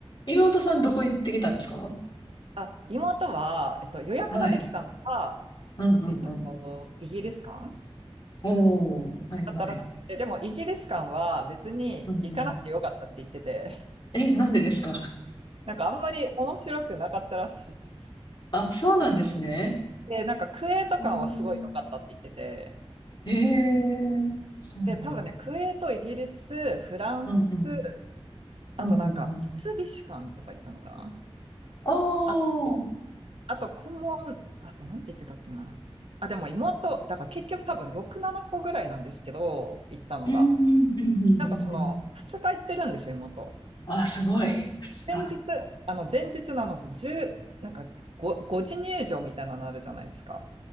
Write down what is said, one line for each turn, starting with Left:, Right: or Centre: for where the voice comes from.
Left: 妹さんどこ行ってきたんですか
Right: あ、妹は、えっと、予約ができたのが、
Left: はい。うんうんうん。
Right: えっと、イギリス館
Left: おー、はいはい。
Right: だったらしくて、でもイギリス館は別に行かなくてよかったって言ってて、
Left: うんうん。
Right: <laughs>
Left: え、なんでですか
Right: なんかあんまり面白くなかったらしいです。
Left: あ、そうなんですね。
Right: で、なんかクウェート館はすごい良かったって言ってて、
Left: うん。ええそうなんだ。
Right: で、多分ね、クウェート、イギリス、フランス、
Left: うんうん。うんうんうん。
Right: あとなんか三菱館とか行ったのかな
Left: ああ、うん
Right: あ、あとコモ問、あとなんて言ってたっけな。あ、でも妹、だから結局多分6、7個ぐらいなんですけど、行ったのが。
Left: うんうんうんうんうん。
Right: なんかその2日行ってるんですよ、妹。
Left: あ、すごい。靴か。
Right: 前日、あの、前日なの、10、なんか5、5時入場みたいなのあるじゃないですか。